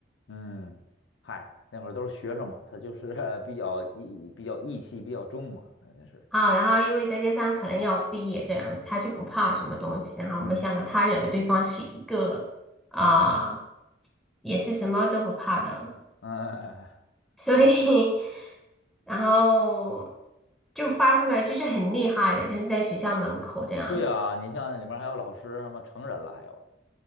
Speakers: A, on the left (about 85°); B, in the centre.
A: 嗯，嗨，那会儿都是学生嘛，他就是 <laughs> 比较义比较义气比较重嘛，那是。
B: 啊，然后因为再加上可能要毕业这样子，他就不怕什么东西。然后没想到他惹的对方是一个啊、
A: 嗯，
B: 也是什么都不怕的，
A: 哎哎哎哎，
B: 所以
A: 对
B: <laughs> 然后就发生了，就是很厉害的，就是在学校门口这样子。
A: 对啊，你像里面还有老师，什么成人了，还有，